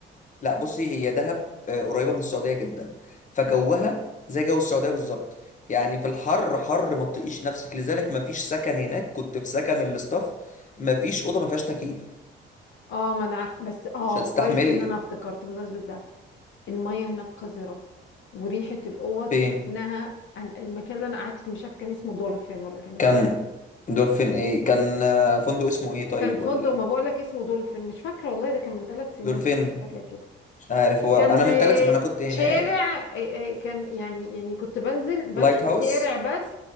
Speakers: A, on the left; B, on the left.
A: لا بصي هي دهب آه، قريبه من السعوديه جدا فجوها زي جو السعوديه بالظبط يعني في الحر حر ما تطيقيش نفسك لذلك ما فيش سكن هناك كنت في سكن الاستاف ما فيش اوضه ما فيهاش تكييف
B: اه ما انا عارفه بس اه
A: مش هتستحملي
B: كويس ان انا افتكرت بمناسبة ده المية هناك قذرة وريحة الاوض
A: فين
B: كأنها ال- المكان اللي انا قعدت فيه مش عارفه كان اسمه دولفين ولا كان اسمه
A: كان دولفين ايه كان آه، فندق اسمه ايه طيب
B: كان فندق
A: ولا
B: ما بقول لك اسمه دولفين مش فاكرة والله ده كان من ثلاث سنين
A: دولفين
B: ولا حاجة كده
A: مش عارف هو
B: كان
A: انا من
B: آه،
A: ثلاث ما انا كنت هناك
B: شارع آه، آه، كان يعني يعني كنت بنزل
A: لايت
B: بمشي
A: هاوس
B: شارع بس